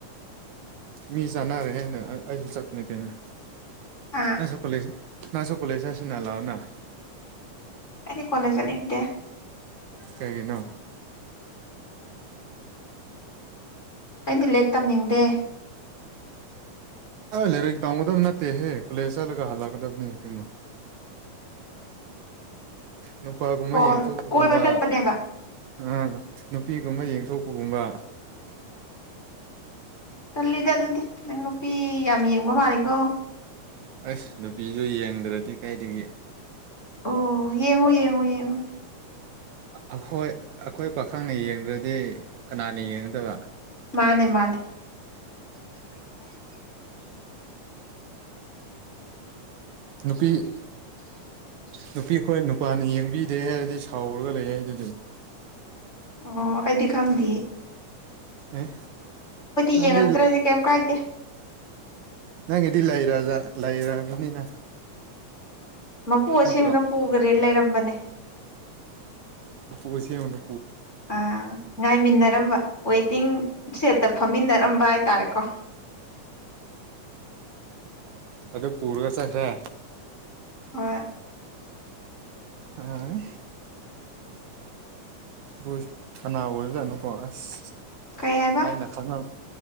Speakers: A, on the right (about 75°); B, on the left (about 25°).
A: ꯃꯤꯖꯅꯔꯦ ꯍꯦꯅ ꯑꯁꯨ ꯆꯠꯅꯤ ꯀꯅ
B: ꯍꯥ
A: ꯑꯁꯨ ꯀ ꯂꯩꯁꯤ ꯉ ꯁ ꯀꯣꯂꯦꯖꯦ ꯁꯤꯅ ꯂꯥꯑꯣꯅ
B: ꯑꯩꯅꯦ ꯀꯣꯂꯦꯖꯅꯤ ꯏꯗꯦ
A: ꯁꯒꯤꯅꯣ
B: ꯑꯩꯗꯤ ꯂꯦꯛ ꯇꯝꯅꯤꯡꯗꯦ
A: ꯂꯩꯔꯗ ꯑꯣꯗꯝ ꯅꯠꯇꯦ ꯍꯦ ꯀꯂꯦꯁꯂꯒ ꯍꯜꯂꯛ ꯀꯗꯅꯤ ꯀꯤꯅ ꯅꯨꯄꯥꯒꯨꯝꯕ
B: ꯑꯣ
A: ꯌꯦꯡꯊꯣꯛꯧꯕꯒꯨꯝꯕ
B: ꯀꯣꯏꯕ ꯆꯠꯄꯅꯦꯕ
A: ꯎ ꯅꯨꯄꯤꯒꯨꯝꯕ ꯌꯦꯡꯊꯣꯛꯄꯒꯨꯝꯕ
B: ꯀꯜꯂꯤꯗ ꯑꯗꯨꯗꯤ ꯅꯪ ꯅꯨꯄꯤ ꯌꯥꯝ ꯌꯦꯡꯕ ꯃꯥꯜꯂꯤꯦꯀꯣ
A: ꯑꯁ ꯅꯨꯄꯤꯗꯨ ꯌꯦꯡꯗ꯭ꯔꯗꯤ ꯀꯥꯏꯒꯦ
B: ꯑꯣ ꯌꯦꯡꯉꯣ ꯌꯦꯡꯉꯣ ꯌꯦꯡꯉꯣ
A: ꯑꯩꯈꯣꯏ ꯑꯩꯈꯣꯏ ꯄꯥꯈꯪꯅ ꯌꯦꯡꯗ꯭ꯔꯗꯤ ꯀꯅꯥꯅ ꯌꯦꯡꯒꯗꯕ
B: ꯃꯥꯅꯦ ꯃꯥꯅꯦ
A: ꯅꯨꯄꯤ ꯅꯨꯄꯤ ꯑꯩꯈꯣꯏ ꯅꯨꯄꯥꯅ ꯌꯦꯡꯕꯤꯗꯦ ꯍꯥꯏꯔꯗꯤ ꯁꯥꯎꯔꯒ ꯂꯩ ꯍꯥꯏꯗꯨꯗ
B: ꯑꯣ ꯑꯩꯗꯤ ꯈꯪꯗꯦ
A: ꯑꯦ
B: ꯑꯩꯈꯣꯏꯗꯤ
A: ꯑꯗꯤ
B: ꯌꯦꯡꯉꯛꯇ꯭ꯔꯗꯤ
A: ꯏ
B: ꯀꯩꯝ ꯀꯥꯏꯗꯦ
A: ꯅꯪꯒꯤꯗꯤ ꯂꯩꯔ ꯂꯩꯔꯕꯅꯤꯅ
B: ꯃꯄꯨ ꯑꯁꯦꯡꯕꯅ
A: ꯅꯠꯇ꯭ꯔꯣ
B: ꯄꯨꯈꯔꯦ ꯂꯩꯔꯝꯕꯅꯦ
A: ꯄꯨꯁ ꯃꯨꯅꯨ
B: ꯑ ꯉꯥꯏꯃꯤꯟꯅꯔꯝꯕ ꯋꯦꯇꯤꯡ ꯁꯦꯠꯇ ꯐꯝꯃꯤꯟꯅꯔꯝꯕ ꯍꯥꯏꯇꯥꯔꯦꯀꯣ
A: ꯑꯗꯨꯗ ꯄ ꯄꯨꯔꯒ ꯆꯈ꯭ꯔ
B: ꯍꯣꯏ
A: ꯑ ꯍꯣꯏ ꯀꯅꯥ ꯑꯣꯏꯕꯖꯥꯠꯅꯣꯀꯣ ꯑꯁ
B: ꯀꯩ ꯍꯥꯏꯕ
A: ꯑꯩꯅ ꯈꯪ